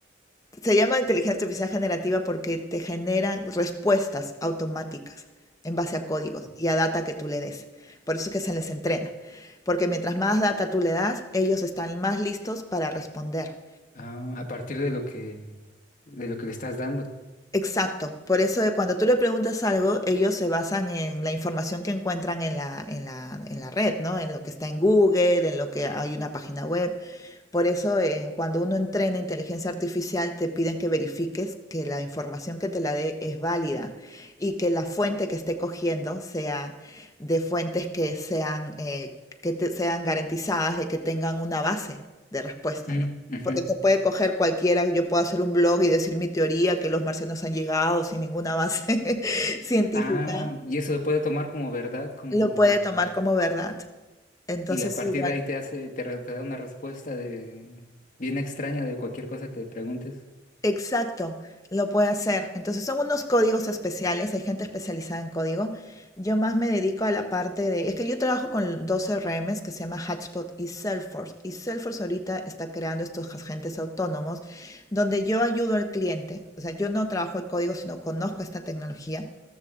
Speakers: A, on the left; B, on the left.
A: se llama inteligencia artificial generativa porque te generan respuestas automáticas en base a códigos y a data que tú le des. Por eso es que se les entrena, porque mientras más data tú le das, ellos están más listos para responder.
B: Ah, a partir de lo que, de lo que le estás dando.
A: Exacto, por eso de cuando tú le preguntas algo, ellos se basan en la información que encuentran en la, en la, en la red, ¿no? En lo que está en Google, en lo que hay una página web. Por eso, eh, cuando uno entrena inteligencia artificial, te piden que verifiques que la información que te la dé es válida y que la fuente que esté cogiendo sea de fuentes que sean, eh, que te- sean garantizadas de que tengan una base de respuesta,
B: Mm,
A: ¿no?
B: ujú.
A: Porque te puede coger cualquiera, yo puedo hacer un blog y decir mi teoría, que los marcianos han llegado sin ninguna base <laughs> científica,
B: Ah, y eso lo puede tomar como verdad, como...
A: lo puede tomar como verdad. Entonces,
B: Y a partir
A: igual
B: de ahí te hace, te, re- te da una respuesta de bien extraña de cualquier cosa que le preguntes.
A: Exacto, lo puede hacer. Entonces son unos códigos especiales, hay gente especializada en código. Yo más me dedico a la parte de, es que yo trabajo con dos CRMs que se llama Hotspot y Salesforce. Y Salesforce ahorita está creando estos agentes autónomos donde yo ayudo al cliente, o sea, yo no trabajo el código, sino conozco esta tecnología,